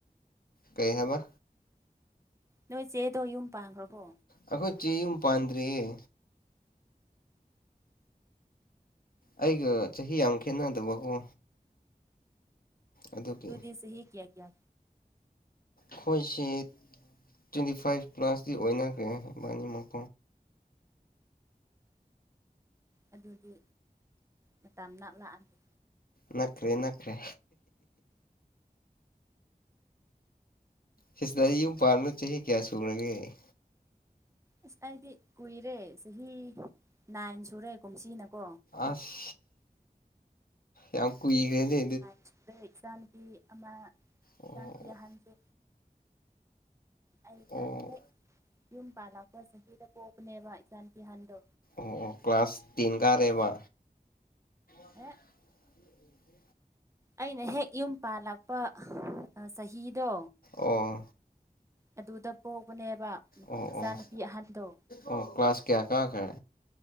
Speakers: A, on the left; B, on the right.
A: ꯀꯩ ꯍꯥꯏꯕ꯫
B: ꯅꯣꯏ ꯆꯦꯗꯣ ꯌꯨꯝ ꯄꯥꯟꯈ꯭ꯔꯕꯣ
A: ꯑꯩꯈꯣꯏ ꯆꯦ ꯌꯨꯝ ꯄꯥꯟꯗ꯭ꯔꯤꯌꯦ ꯑꯩꯒ ꯆꯍꯤ ꯌꯥꯝ ꯈꯦꯠꯅꯗꯕꯀꯣ꯫ ꯑꯗꯨꯒꯤ
B: ꯑꯗꯨꯗꯤ ꯆꯍꯤ ꯀꯌꯥ ꯀꯌꯥ꯫
A: ꯑꯩꯈꯣꯏꯁꯦ ꯇ꯭ꯋꯦꯟꯇꯤ ꯐꯥꯏꯚ ꯄ꯭ꯂꯥꯁꯇꯤ ꯑꯣꯏꯅꯈ꯭ꯔꯦꯕꯥꯅꯤꯃꯛ
B: ꯑꯗꯨꯗꯤ ꯃꯇꯝ ꯅꯅꯥ ꯂꯥꯛꯑꯒ
A: ꯅꯛꯈꯔꯦ ꯅꯛꯈ꯭ꯔꯦ ꯁꯤꯗꯗꯤ ꯌꯨꯝ ꯄꯥꯝꯅꯣ ꯆꯍꯤ ꯀꯌꯥ ꯁꯨꯈꯔꯒꯦ
B: ꯑꯁ ꯑꯩꯗꯤ ꯀꯨꯏꯔꯦ ꯆꯍꯤ ꯅꯥꯏꯟ ꯁꯨꯔꯦ ꯀꯨꯝꯁꯤꯅꯀꯣ꯫
A: ꯑꯁ ꯌꯥꯝ ꯀꯨꯏ ꯈꯔꯦ
B: ꯑꯗꯦ ꯆ ꯄꯤ ꯑꯃ
A: ꯑꯣ
B: ꯏꯅꯄꯤ ꯑꯍꯟꯁꯨ ꯑꯩꯅ
A: ꯑꯣ
B: ꯍꯦꯛ ꯌꯨꯝ ꯄꯥꯟꯂꯥꯛꯄ ꯆꯍꯤꯗ ꯄꯣꯛꯄꯅꯦꯕ ꯏꯆꯅꯨꯄꯤꯑꯍꯟꯗꯣ꯫
A: ꯑꯣ ꯀ꯭ꯂꯥꯁ ꯇꯤꯟ ꯀꯥꯔꯦꯕ <inaudible>
B: ꯑꯦ ꯑꯩꯅ ꯍꯦꯛ ꯌꯨꯝ ꯄꯥꯜꯂꯛꯄ ꯆꯍꯤꯗꯣ
A: ꯑꯣ
B: ꯑꯗꯨꯗ ꯄꯣꯛꯕꯅꯦꯕ
A: ꯑꯣ
B: ꯏꯆꯥꯅꯨꯄꯤ
A: ꯑꯣ
B: ꯑꯍꯟꯗꯣ
A: ꯑꯣ ꯀ꯭ꯂꯥꯁ ꯀꯌꯥ ꯀꯥꯈ꯭ꯔꯦ